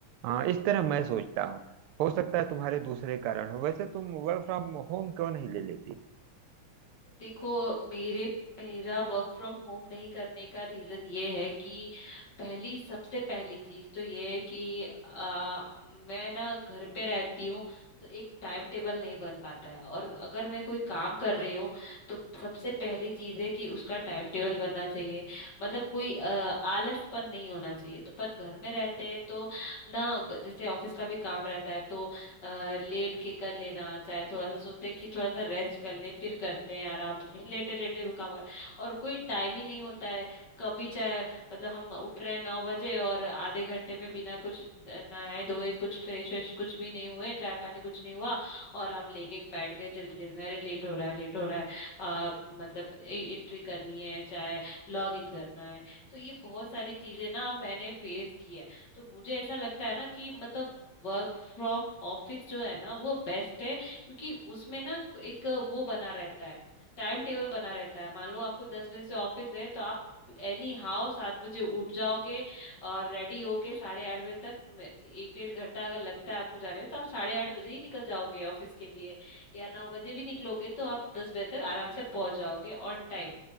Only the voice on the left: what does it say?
देखो मेरे मेरा वर्क फ्रॉम होम नहीं करने का रीजन ये है कि पहली सबसे पहली चीज तो ये है कि आ, मैं ना घर पे रहती हूँ तो एक टाइम टेबल नहीं बन पाता है और अगर मैं कोई काम कर रही हूँ तो सबसे पहली चीज है कि उसका टाइम टेबल बनना चाहिए मतलब कोई आ, आलसपन नहीं होना चाहिए तो पर घर में रहते हैं तो ना जैसे ऑफिस का भी काम रहता है तो अ, लेट के कर लेना चाहे थोड़ा सा सोचते हैं कि थोड़ा सा रेस्ट कर लें फिर करते हैं आराम से लेटे लेटे वो काम कर और कोई टाइम ही नहीं होता है कभी चाहे मतलब हम उठ रहे हैं नौ बजे और आधे घंटे में बिना कुछ नहाए धोए कुछ फ्रेश व्रेश कुछ भी नहीं हुए चाय पानी कुछ नहीं हुआ और हम लेके बैठ गए जल्दी जल्दी में, अरे लेट हो रहा है लेट हो रहा है आ, मतलब एंट्री करनी है चाहे लॉग इन करना है तो ये बहुत सारी चीजें ना मैंने फेस की है तो मुझे ऐसा लगता है ना कि मतलब वर्क फ्रॉम ऑफिस जो है ना वो बेस्ट है क्योंकि उसमें ना एक वो बना रहता है टाइम टेबल बना रहता है मान लो आपको दस बजे से ऑफिस है तो आप एनी हाउ सात बजे उठ जाओगे और रेडी होके साढ़े आठ बजे तक मे- एक डेढ़ घंटा अगर लगता है आपको जाने में तो आप साढ़े आठ बजे ही निकल जाओगे ऑफिस के लिए या नौ बजे भी निकलोगे तो आप दस बजे तक आराम से पहुंच जाओगे ऑन टाइम